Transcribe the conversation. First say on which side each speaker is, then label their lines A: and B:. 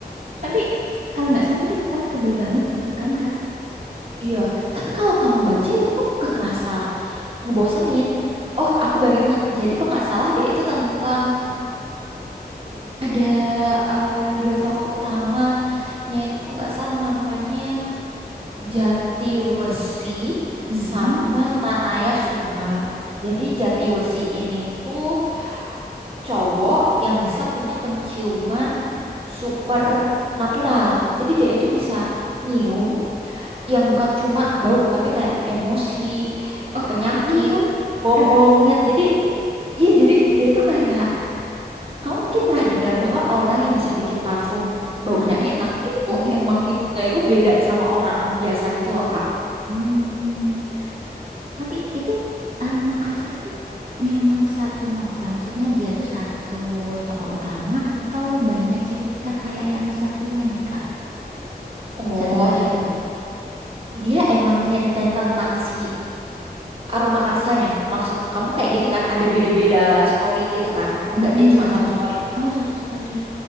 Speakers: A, on the right; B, on the right.
A: Tapi kalau nggak salah itu novelnya tebel banget gitu kan Kak?
B: Iya, tapi kalau kamu baca itu tuh nggak kerasa ngebosenin. Oh, aku baru inget. Jadi kok nggak salah dia itu tentang ada eh, dua tokoh utamanya itu kok nggak salah namanya Jatiwesi
A: Mm-mm.
B: sama Tanaya Suma. Jadi Jatiwesi ini tuh cowok yang bisa punya penciuman super natural. Jadi dia itu bisa nyium yang bukan cuma bau tapi kayak emosi.
A: Oh, <laughs>
B: penyakit, bohong,
A: Keren.
B: niat. Jadi iya jadi dia tuh kayak kamu mungkin pernah dengar bahwa orang yang bisa bikin parfum baunya
A: Heeh,
B: enak itu tuh
A: mm,
B: emang hidungnya itu beda sama orang biasa gitu loh, Kak.
A: mm. Tapi itu Aroma Karsa itu memang satu novel. Maksudnya dia tuh satu tokoh utama atau banyak cerita kayak yang satunya nih Kak.
B: Oh,
A: Setebal itu.
B: dia emang nyeritain tentang si aroma karsanya. Maksud kamu kayak gini kan, ada beda-beda story gitu kan? Enggak,
A: mm
B: dia cuma satu story.
A: Oh satu story.